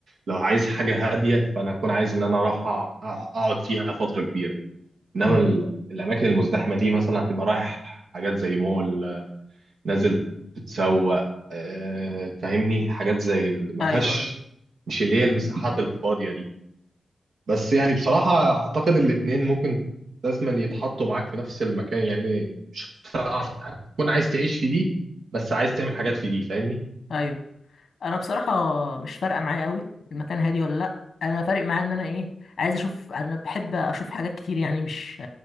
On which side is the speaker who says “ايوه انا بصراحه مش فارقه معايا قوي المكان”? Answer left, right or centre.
Left